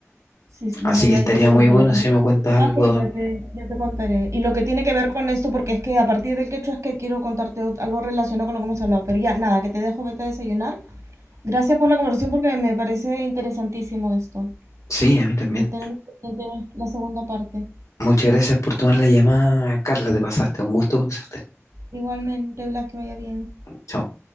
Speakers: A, on the right; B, on the left.
A: Sí, sí, bueno,
B: Así
A: ya,
B: que estaría
A: ya te
B: muy
A: contaré,
B: bueno
A: tampoco
B: si me
A: un
B: cuentas
A: poco
B: algo.
A: más, pero ya te, ya te contaré. Y lo que tiene que ver con esto, porque es que a partir del quechua es que quiero contarte ot- algo relacionado con lo que hemos hablado, pero ya, nada, que te dejo, vete a desayunar. Gracias por la conversación porque me parece interesantísimo esto.
B: Sí, a mí también.
A: Lo tenemos pendiente la segunda parte.
B: Muchas gracias por tomar la llamada, Carla, te pasaste, un gusto conocerte.
A: Igualmente, Blas, que vaya bien.
B: Chao.